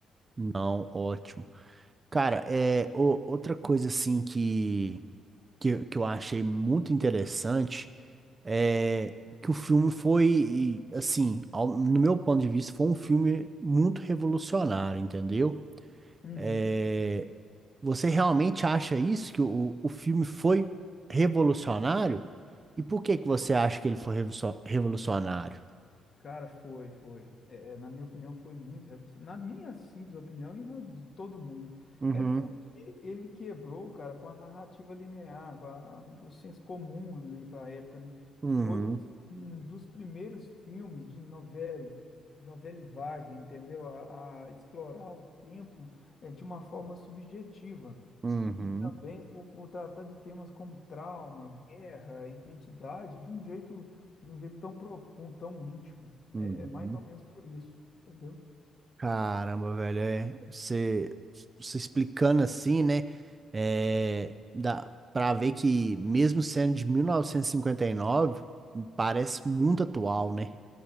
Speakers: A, on the right; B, on the left.
A: Não, ótimo. Cara, é, o- outra coisa assim que, que, eu- que eu achei muito interessante. é, que o filme foi, assim, ao- no meu ponto de vista, foi um filme muito revolucionário, entendeu?
B: Uhum.
A: É, você realmente acha isso, que o, o filme foi revolucionário? E por que que você acha que ele foi revolucio- revolucionário?
B: Cara, foi, foi. É, é, na minha opinião, foi muito revolucionário. Na minha simples opinião e na de todo mundo, né?
A: Uhum,
B: É porque ele quebrou, cara, com a narrativa linear, com a- o senso comum ali para a época, né?
A: uhum,
B: Foi um, um dos primeiros filmes de novela, de novela vague, entendeu? A, a explorar o tempo é, de uma forma subjetiva.
A: uhum,
B: E, e também por, por tratar de temas como trauma, guerra, identidade, de um jeito de um jeito tão profundo, tão íntimo.
A: uhum.
B: É, é mais ou menos por isso, entendeu?
A: Caramba, velho, é, você, você explicando assim, né, é, dá pra ver que mesmo sendo de 1959, parece muito atual, né?